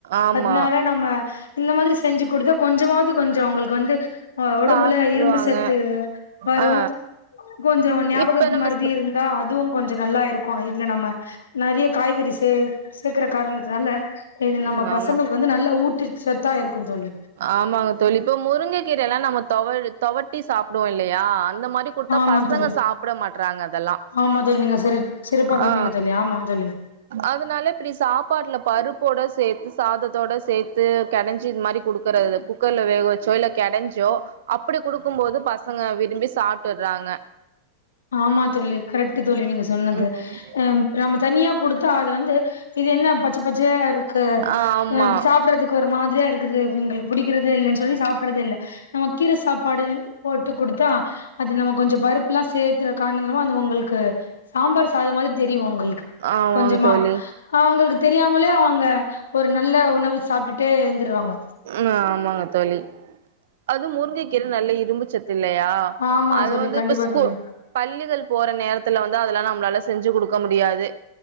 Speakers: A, on the right; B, on the left.
A: ஆமா
B: அதனால நம்ம இந்த மாரி செஞ்சு குடுத்தா கொஞ்சமாவ கொஞ்சோ அவுங்களுக்கு வந்து அ ஒடம்புல
A: சாப்ட்ருவாங்க
B: இரும்பு சத்து வரு
A: ஆ
B: கொஞ்சோ ஞாபகத்
A: இப்ப நம்ம
B: மறதி
A: சு
B: இருந்தா அதுவு கொஞ்சோ நல்லா இருக்கு இதுல நம்ம நெறைய காய்கறி சேக் சேக்குற காரணத்துனால இது நம்ம
A: ம்
B: பசங்களுக்கு
A: ஆமா
B: வந்து நல்ல ஊட்டச்சத்தா இருக்கு தோழி
A: ஆமாங்க தோழி இப்ப முருங்கக்கீரையெல்லா நம்ம தொவ தொவட்டி சாப்டுவோ இல்லையா அந்த மாரி குடுத்தா
B: ஆமா
A: பசங்க
B: தோழி
A: சாப்ட மாட்றாங்க அதெல்லா
B: ஆமா தோழி நீங்க சிறட் சிறப்பா சொன்னீங்க
A: ஆ
B: தோழி ஆமா தோழி
A: அதனால இப்டி சாப்பாட்டுல பருப்போட சேத்து சாதத்தோட சேத்து கெடைஞ்சி இது மாரி குடுக்குறது குக்கர்ல வேக வச்சோ இல்ல கெடஞ்சோ அப்டி குடுக்குபோது பசங்க விரும்பி சாப்ட்டுறாங்க
B: ஆமா தோழி கரட்டு தோழி நீங்க சொன்னது
A: ம்
B: அ நம்ம தனியா குடுத்தா அது வந்து இது என்ன பச்ச பச்சயா இருக்கு
A: ஆமா
B: அ சாப்டுறதுக் கு ஒரு மாதிரியா இருக்குது எங்ளுக்கு புடிக்கறதே இல்லேன்னு சொல்லி சாப்பறதே இல்ல நம்ம கீர சாப்பாடு போட்டு குடுத்தா அது நம்ம கொஞ்சோ பருப்புல்லா சே <unintelligible> அது உங்களுக்கு சாம்பார் சாதோ மாதிரி தெரியு உங்களுக்கு
A: ஆமாங்க
B: கொஞ்சமா
A: தோழி
B: அவுங்களுக்கு தெரியாமலே அவுங்க ஒரு நல்ல உணவு சாப்ட்டுட்டே எழுந்துருவாங்க
A: ம் ஆமாங்க தோழி அது முருங்க கீர நல்ல இரும்புச் சத்து இல்லையா
B: ஆமா
A: அது
B: தோழி
A: வந்து
B: கண்டிப்பா
A: இப்ப ஸ்கூ
B: தோழி
A: பள்ளிகள் போற நேரத்துல வந்து அதல்லா நம்மளால செஞ்சு குடுக்க முடியாது